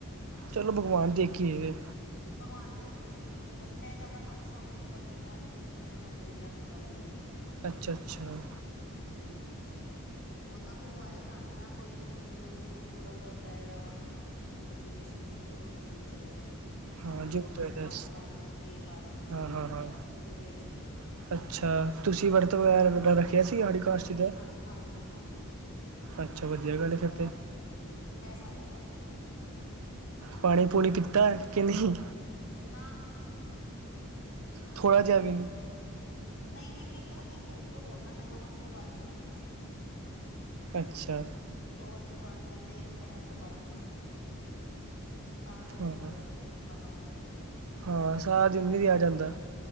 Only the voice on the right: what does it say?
ਚਲੋ ਭਗਵਾਨ ਦੇਖੀਏ।
ਅੱਛਾ ਅੱਛਾ।
ਹਾਂ
ਜ਼ਰੂਰ
ਚਾਹੀਦਾ
ਹਾਂ
ਹਾਂ
ਹਾਂ
<unintelligible> <unintelligible> ਕਾਸ਼ਤੀ
ਦਾ
ਅੱਛਾ ਵਧੀਆ
ਗੱਲ ਹੈ ਫਿਰ ਤੇ
ਪਾਣੀ ਪੂਣੀ ਪੀਤਾ ਕਿ ਨਹੀਂ।
ਥੋੜਾ ਜਾ ਵੀ ਨਹੀਂ।
ਅੱਛਾ।
ਹਾਂ
ਹਾਂ ਸਾਰਾ ਦਿਨ ਨੀ ਰਿਹਾ ਜਾਂਦਾ,